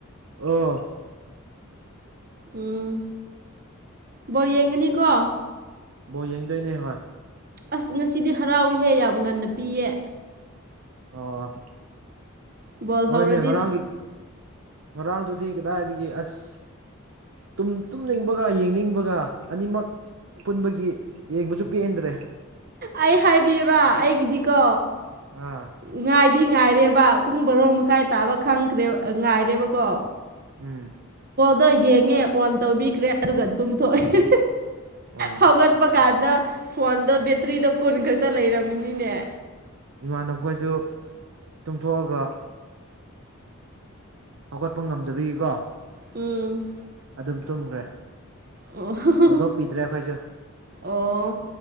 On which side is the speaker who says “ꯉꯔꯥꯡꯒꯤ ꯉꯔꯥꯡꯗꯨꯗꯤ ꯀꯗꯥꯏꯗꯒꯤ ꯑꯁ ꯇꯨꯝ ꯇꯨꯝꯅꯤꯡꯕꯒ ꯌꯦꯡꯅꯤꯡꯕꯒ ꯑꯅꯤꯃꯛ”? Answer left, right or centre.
Right